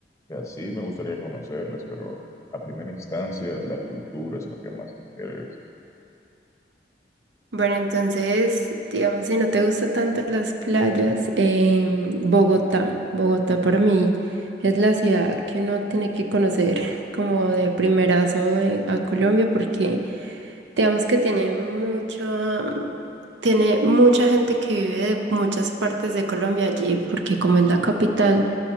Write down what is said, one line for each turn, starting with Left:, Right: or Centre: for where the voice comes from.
Left: que así me gustaría conocerlas, pero a primera instancia la cultura es lo que más me interesa.
Right: Bueno, entonces, digamos, si no te gustan tanto las playas, em, Bogotá, Bogotá para mí es la ciudad que uno tiene que conocer <laughs> como de primerazo eh, a Colombia porque digamos que tiene mucha, tiene mucha gente que vive de muchas partes de Colombia allí porque como es la capital,